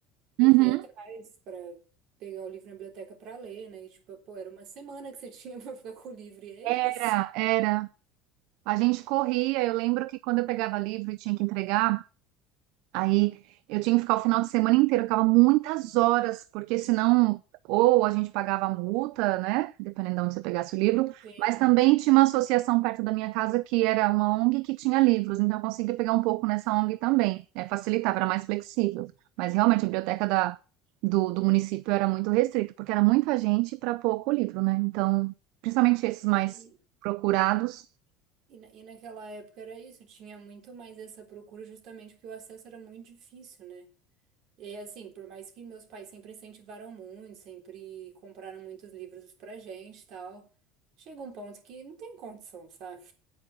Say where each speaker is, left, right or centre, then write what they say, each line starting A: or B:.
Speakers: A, on the right; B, on the right.
A: eu
B: Uhum.
A: fui atrás para pegar o livro na biblioteca para ler, né? E tipo, pô, era uma semana que você <laughs> tinha para ficar com o livro, e é
B: Era,
A: isso.
B: era. A gente corria. Eu lembro que quando eu pegava livro e tinha que entregar, Aí eu tinha que ficar o final de semana inteiro, eu ficava muitas horas, porque senão ou a gente pagava a multa, né? Dependendo de onde você pegasse o livro,
A: Sim.
B: mas também tinha uma associação perto da minha casa que era uma ONG que tinha livros, então eu conseguia pegar um pouco nessa ONG também. É, facilitava, era mais flexível. Mas realmente a biblioteca da, do, do município era muito restrita, porque era muita gente para pouco livro, né? Então, principalmente esses mais
A: É, E,
B: procurados.
A: e, na- e naquela época era isso, tinha muito mais essa procura justamente porque o acesso era muito difícil, né? E assim, por mais que meus pais sempre incentivaram muito, sempre compraram muitos livros pra gente e tal, chega um ponto que não tem condição, sabe?